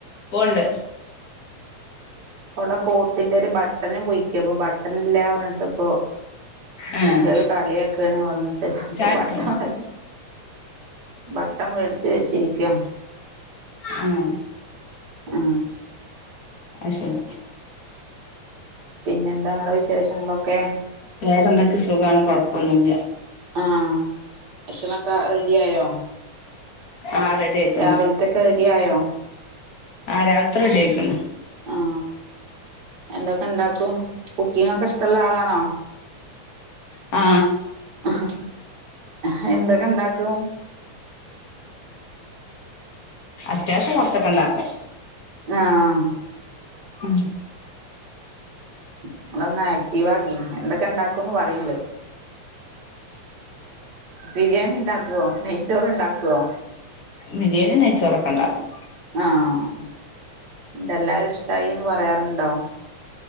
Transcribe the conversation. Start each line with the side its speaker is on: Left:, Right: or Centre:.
Left: പോവ്ണ്ട്
Right: ഓള കോട്ടിന്റെ ഒരു ബട്ടണ് പൊയിക്കെ അപ്പൊ ബട്ടൺ ഇല്ല പറഞ്ഞിട്ട് ഇപ്പൊ
Left: ആഹ്
Right: കുട്ടികള് കളിയാക്കാണ് പറഞ്ഞിട്ട് ഇപ്പൊ
Left: ചായ കുടിക്കാണ്
Right: ബട്ടൺ വെച്ച് ബട്ടൺ വേടിച്ച് വെച്ചിരിക്കാണ്.
Left: ആഹ്
Right: ആ
Left: അത് ശരി
Right: പിന്നെന്താ നിങ്ങളെ വിശേഷങ്ങളൊക്കെ
Left: വേറെ എന്തൊക്കെ സുഖമാണ് കുഴപ്പമൊന്നുല്ല.
Right: ആ ഭക്ഷണനൊക്കെ റെഡി ആയോ
Left: ആ റെഡി ആയിക്കണ്.
Right: രാവിലത്തൊക്കെ റെഡി ആയോ
Left: ആ രാവിലത്തെ റെഡി ആയിക്കണ്
Right: ആ എന്തൊക്കെ ഉണ്ടാക്കും കുക്കിങൊക്കെ ഇഷ്ടമുള്ള ആളാണോ
Left: ആ
Right: അഹ് എഹ് എന്തൊക്കെ ഇണ്ടാക്കും.
Left: അത്യാവശ്യം കൊറച്ചോക്കെ ഉണ്ടാക്കും.
Right: ആഹ
Left: ഉം
Right: ഇങ്ങളൊന്ന് ആക്റ്റീവ് ആകി എന്തൊക്കെ ഉണ്ടാക്കുംന്ന് പറിങ്ങൾ ബിരിയാണി ഉണ്ടാക്കുവോ നെയ്ച്ചോറ് ഉണ്ടാക്കുവോ
Left: ബിരിയാണി നെയ്ച്ചോറൊക്കെ ഉണ്ടാക്കും.
Right: ആഹ ന്നട്ട്തെല്ലാരും ഇഷ്ടായിന്ന് പറയാറുണ്ടോ